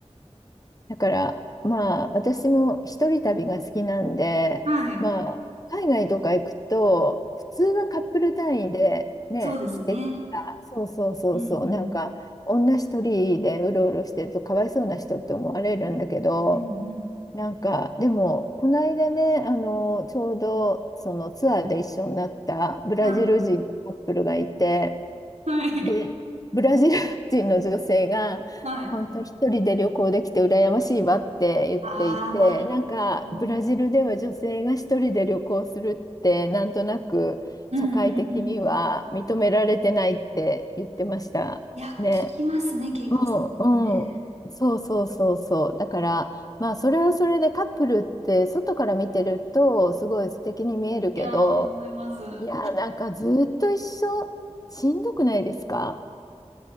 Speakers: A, on the left (about 30°); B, on the right (about 80°).
A: だから、まあ、私も一人旅が好きなんで、
B: はい。
A: まあ、海外とか行くと、普通はカップル単位でね、
B: そうですね。
A: 来てた、そうそうそうそう、
B: うん、
A: なんか、
B: うん。
A: 女一人でうろうろしてるとかわいそうな人って思われるんだけど、
B: うん、うん。
A: なんか、でも、この間ね、あの、ちょうど、そのツアーで一緒になったブラジル人のカップルがいて、
B: はい。はい。
A: で、ブラジル人の女性が、
B: はい。
A: 本当一人で旅行できて羨ましいわって言っていて、
B: ああ、まあ。
A: なんかブラジルでは女性が一人で旅行するって、
B: うん、
A: なんとなく社会的には認められてないって言ってましたね。
B: うん、うん、うん。うんいや、聞きますね、恵子さんもね。
A: うんうん。そうそうそうそう。だから、まあそれはそれでカップルって外から見てるとすごい素敵に見えるけど、
B: いやー、思います。
A: いや、なんかずっと一緒しんどくないですか